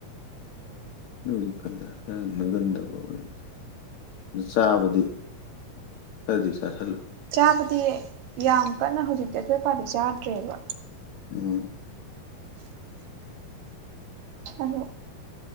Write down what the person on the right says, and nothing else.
ꯆꯥꯕꯗꯤ ꯌꯥꯝ ꯀꯟꯅ ꯍꯧꯖꯤꯛꯇꯤ ꯑꯆꯣꯏ ꯄꯥꯗꯤ ꯆꯥꯗ꯭ꯔꯦꯕ
ꯑꯗꯣ